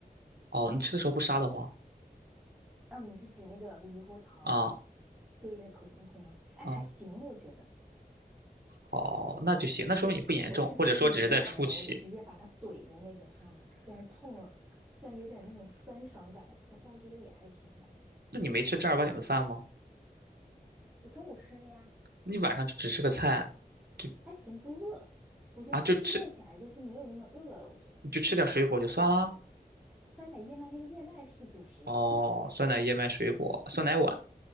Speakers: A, on the right (about 80°); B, in the centre.
A: 哦，你吃的时候不杀的慌
B: 哦，你是指那个猕猴桃？
A: 啊、
B: 对，哎，
A: 哦，
B: 还行，我觉得
A: 哦，那就行，那说明你不严重，
B: 我是非常勇敢的人，
A: 或者说只是在初期。
B: 我就直接把它怼在那个上面，虽然痛了，虽然有点那种酸爽感的痛，但我觉得也还行吧。
A: 那你没吃正儿八经的饭吗？
B: 我中午吃了呀。
A: 你晚上就只吃个菜，就
B: 还行，不饿。我觉得天气热起来之后就没有那么饿了。
A: 啊就吃
B: 我觉得
A: 就吃点水果就算啦。
B: 酸奶燕麦那个燕麦是主食呀。
A: 哦，酸奶、燕麦、水果、酸奶碗，